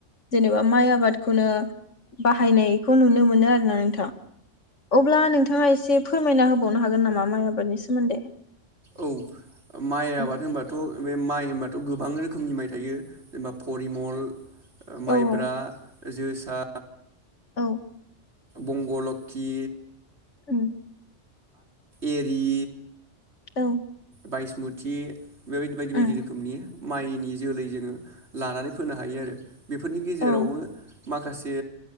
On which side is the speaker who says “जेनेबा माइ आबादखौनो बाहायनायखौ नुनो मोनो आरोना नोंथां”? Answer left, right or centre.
Left